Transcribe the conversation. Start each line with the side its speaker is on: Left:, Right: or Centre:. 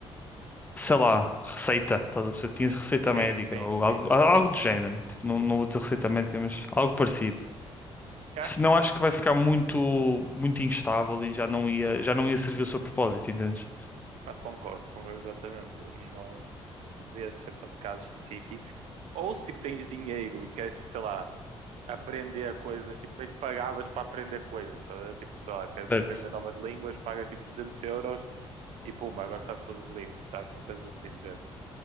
Left: sei lá, receita, estás a perceber? Tinhas receita
Right: Sim,
Left: médica
Right: sim,
Left: ou
Right: sim.
Left: algo, algo do género. Tipo, não, não vou dizer receita médica, mas algo parecido.
Right: Eu
Left: Senão
Right: acho
Left: acho que vai ficar muito, muito instável e já não ia, já não ia servir o seu propósito, entendes?
Right: Ah, Concordo, concordo exatamente. Não devia ser para casos específicos. Ou se tipo tens dinheiro e queres, sei lá, aprender coisas, tipo, meio que pagavas para aprender coisas, estás a ver? Tipo, sei lá, queres
Left: Certo.
Right: aprender novas línguas, pagas tipo 200 euros e puma, agora sabes todas as línguas, sabes? Tipo, coisas assim do género.